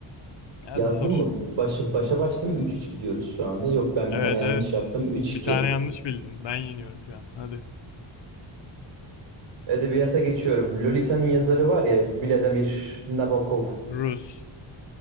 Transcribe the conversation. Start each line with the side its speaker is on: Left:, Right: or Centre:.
Left: Hadi
Right: Yazdım
Left: sor.
Right: mı? Başa, başa baş değil mi? 3-3 gidiyoruz şu anda. Yok ben bir
Left: Evet
Right: tane yanlış
Left: evet.
Right: yaptım. Üç
Left: Bir
Right: 2
Left: tane yanlış bildin. Ben yeniyorum şu an. Hadi.
Right: Edebiyata geçiyorum. Lolita'nın yazarı var ya Vladimir Nabokov.
Left: Rus.